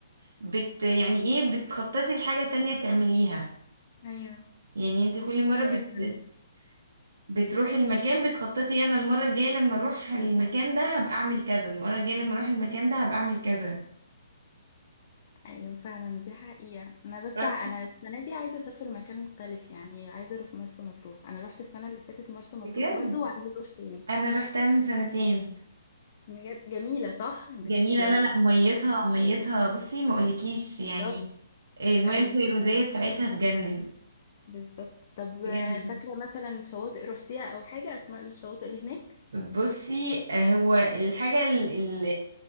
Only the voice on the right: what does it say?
بت يعني إيه بتخططي لحاجة تانية تعمليها
يعني انت كل مرة
بت...
بتروحي المكان بتخططي انا المرة الجاية لما اروح المكان ده هبقى اعمل كذا المرة الجاية لما اروح المكان ده هبقى اعمل كذا
رحتي
بجد
انا رحتها من سنتين
جميلة
لا
لا ميتها
ميتها
بصي ما اقولكيش يعني
المية
الفيروزية بتاعتها تجنن
تجنن
بصي هو الحاجة ال- ال-